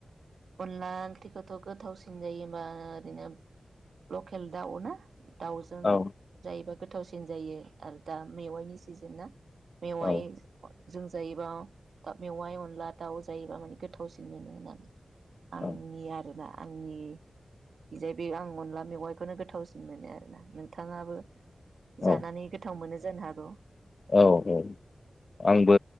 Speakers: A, on the right (about 90°); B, on the left (about 50°).
A: अनला ओंख्रिखौथ' गोथावसिन जायो होमबा ओरैनो लकेल दाउ ना। दाउजों
B: औ
A: जायोबा गोथावसिन जायो आरो दा मेवाइनि सिजेनना। मेवाइ
B: औ
A: जों जायोबा मेवाइ अनला दाउ जायोबा माने गोथावसिन मोनो होननानै आंनि
B: औ
A: आरोना। आंनि दि जाय बे आं अनला मेगाइखौनो गोथावसिन मोनो आरोना नोंथाङाबो
B: औ
A: जानानै गोथाव मोनो जानो हागौ।
B: औ औ आंबो